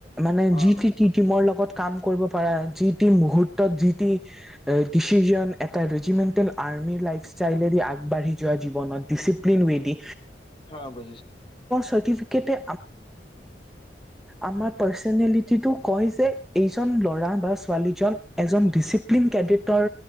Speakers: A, in the centre; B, on the left.
A: মানে
B: অ'
A: যি ট
B: বুজিছো
A: টিমৰ লগত কাম কৰিব পাৰা যি টি মু। <unintelligible> মুহূৰ্তত যি টি ডিচিজন এটা ৰেজিমেটেল আৰ্মিৰ লাইফষ্টাইলেদি আগবাঢ়ি। আগবাঢ়ি যোৱা জীৱনত দিচিপ্লিন উয়েদি
B: অ' বুজিছো
A: চাৰ্টিফিকেট এ আমাৰ পাৰ্চনেলিটিটো কয় যে এই ল'ৰা। বা ছোৱালীজন এজন ডিচিপ্লিন কেডিটৰ